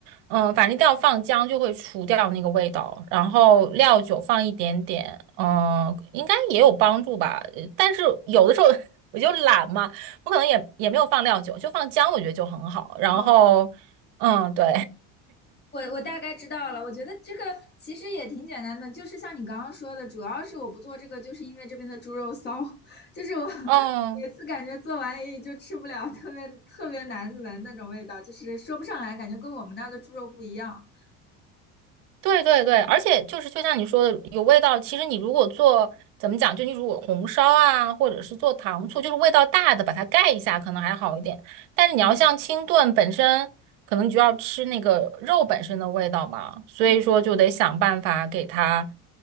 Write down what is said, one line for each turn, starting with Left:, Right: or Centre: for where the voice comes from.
Right: 嗯，反正一定要放姜，就会除掉那个味道。然后料酒放一点点，嗯，应该也有帮助吧。呃但是有的时候 <laughs> 我就懒嘛，我可能也也没有放料酒，就放姜，我觉得就很好。然后，
Left: 哦，
Right: 嗯，对，
Left: 我我大概知道了。我觉得这个其实也挺简单的，就是像你刚刚说的，主要是我不做这个，就是因为这边的猪肉骚，<laughs> 就是我
Right: <laughs> 嗯。
Left: 每次感觉做完也就吃不了，特别特别难闻那种味道，就是说不上来，感觉跟我们那儿的猪肉不一样。
Right: 对对对，而且就是就像你说的，有味道。其实你如果做怎么讲，就你如果红烧啊，或者是做糖醋，就是味道大的，把它盖一下，可能还好一点。但是你要像清炖本身，
Left: 嗯
Right: 可能你就要吃那个肉本身的味道嘛，所以说就得想办法给它，
Left: 嗯，